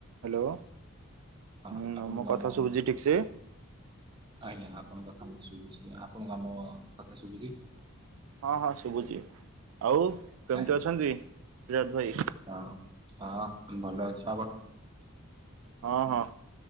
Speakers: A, on the right; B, on the right.
A: Hello
B: ହଁ
A: ହୁଁ
B: ଆପଣଙ୍କୁ
A: ମୋ କଥା
B: ଆମ
A: ଶୁଭୁଚି ଠିକସେ?
B: ଆଜ୍ଞା ଆପଣଙ୍କ କଥା ମୋତେ ଶୁଭୁଚି ଆପଣଙ୍କୁ ଆମ କଥା ଶୁଭୁଚି?
A: ହଁ ହଁ ଶୁଭୁଛି ଆଉ କେମିତି
B: ଆଜ୍ଞା
A: ଅଛନ୍ତି ସୁରଜ ଭାଇ?
B: ହଁ ହଁ ମୁଁ ଭଲ ଅଛି।
A: ହଁ ହଁ